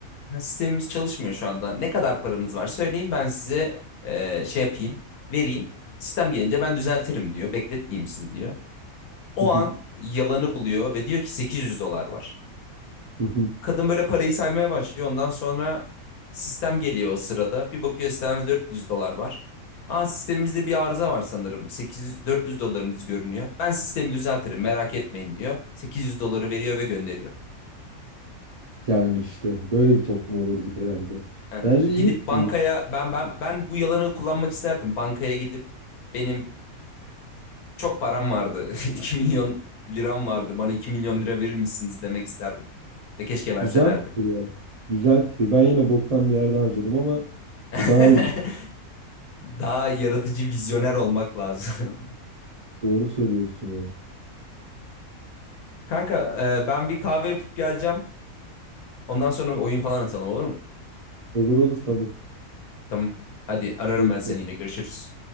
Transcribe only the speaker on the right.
hı hı,
hı hı.
Yani işte böyle bir toplum olurduk herhalde.
Bence
iyi kurulmuş.
Güzel fikir ya. Güzel fikir. Ben yine boktan bir yerde harcadım ama
o daha iyi bir fikir.
Doğru söylüyorsun ya.
Olur olur tabii.
Bekliyorum.